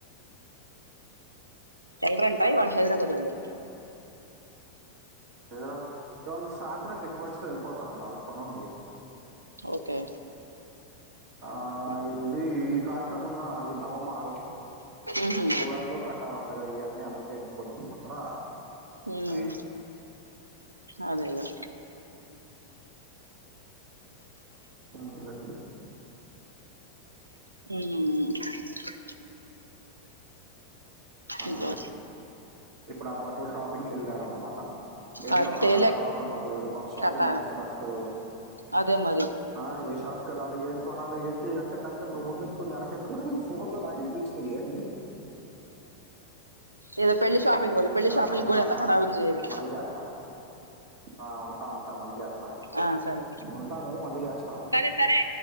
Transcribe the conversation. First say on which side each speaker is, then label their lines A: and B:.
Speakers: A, on the right; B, on the right.
A: ళ్ళరంటా ఇవాళ హైదరాబాదోళ్ళు
B: ఎదురు ఇవాళ సాయంత్రం గిట్టుబస్సులో వెళ్ళిపోతారంట వాళ్ళక్ పనుంది
A: ఒకే
B: ఆ ఇది ఈ కార్యక్రమం ఉందాని ఆగింది అమ్మమ్మ ఆగమంది
A: ఉహు
B: ఉగాదిలోప్ పెట్టాలంటగా ఇవన్నీ అందుకే ఇం పోద్దున్ పొద్దున
A: మ్
B: అయింది
A: అదే ఇగ
B: ఆ అదే
A: మ్
B: అ
A: ఇంకా
B: అదే ఇప్పుడు ఆ బటల షాపింగ్కి వెళ్ళారన్నమాట ఏందో
A: ఆ
B: హలా
A: తేలే
B: డావాగా ఉన్నారు ఏదో కొత్త షాపింగ్
A: కథ
B: చేస్తున్నట్టు
A: అదే మరి
B: ఆ ఏ షాప్కి వెళ్ళాలి ఏం కొనాలి ఏంటి ఎక్కడి ఎక్కడి నువ్వు ముందుెక్కు నిన్ వెనకె ఫోన్ లో లాగే అనిపించింది ఇయన్ని
A: ఏదో పెళ్లి షాపింగ్
B: మ్
A: వాళ్ళు పెళ్లి
B: స
A: షాపింగ్
B: ఉంటా
A: కూడా అంత హడావుడి చేయరు
B: మళ్ళీ చేత్త ఆ ఉంటా ఉంటా మళ్ళీ చేత్త
A: ఆ సరే
B: ఉంటాను మళ్ళీ చేస్తా
A: సరే సరే